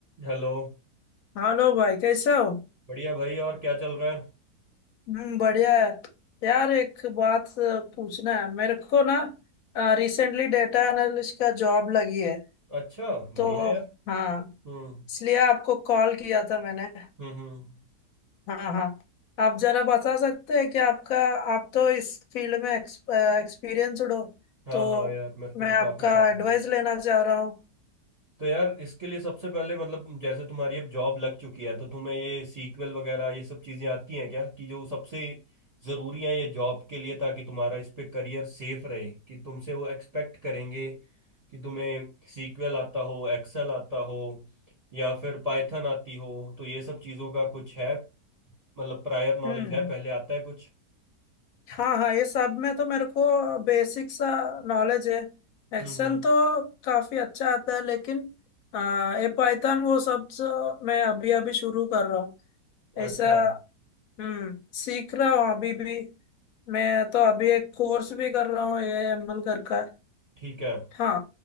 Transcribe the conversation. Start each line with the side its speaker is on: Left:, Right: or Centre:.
Right: Hello
Left: Hello भाई कैसे हो
Right: बढ़िया भाई और क्या चल रहा है
Left: हम्म बढ़िया है यार एक बात अ, पूछना है मेरे को ना रिसेंटली डेटा एनालिस्ट का जॉब लगी है
Right: अच्छा
Left: तो
Right: बढ़िया यार
Left: हाँ
Right: हम्म
Left: इसलिए आपको कॉल किया था मैंने
Right: हम्म हम्म
Left: हाँ हाँ आप जरा बता सकते हैं कि आपका आप तो इस फील्ड में एक्सपीरियंसड हो
Right: हाँ
Left: तो
Right: हाँ यार मेरे को
Left: मैं
Right: तो
Left: आपका
Right: काफी साल हो
Left: एडवाइस
Right: गए
Left: लेना चाह रहा हूँ
Right: तो यार इसके लिए सबसे पहले मतलब जैसे तुम्हारी अब जॉब लग चुकी है तो तुम्हें ये सीक्वल वगैरह ये सब चीजें आती हैं क्या कि जो सबसे जरूरी है ये जॉब के लिए ताकि तुम्हारा इस पे करियर सेफ रहे कि तुमसे वो एक्सपेक्ट करेंगे कि तुम्हें सीक्वल आता हो एक्सेल आता हो या फिर पाइथन आती हो तो ये सब चीजों का कुछ है मतलब प्रायर नॉलेज
Left: हम्म
Right: है पहले आता है कुछ
Left: हाँ हाँ ये सब में तो मेरे को बेसिक सा नॉलेज है
Right: हम्म
Left: एक्सेल
Right: हम्म,
Left: तो काफी अच्छा आता है लेकिन आ, ये पाइथन वो सब तो मैं अभी अभी शुरू कर रहा हूँ ऐसा
Right: अच्छा
Left: हम्म सीख रहा हूँ अभी भी मैं तो अभी एक कोर्स भी कर रहा हूँ ये एमएल कर का
Right: ठीक है
Left: हाँ